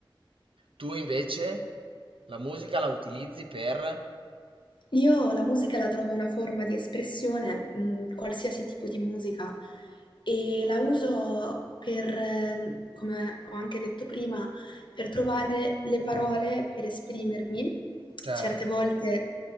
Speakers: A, on the right (about 75°); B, on the left (about 60°).
A: Tu invece la musica la utilizzi per...
B: Io la musica la trovo una forma di espressione, mhmm, qualsiasi tipo di musica. e la uso per, ehm, come ho anche detto prima, per trovare le parole per esprimermi,
A: Certo,
B: certe volte,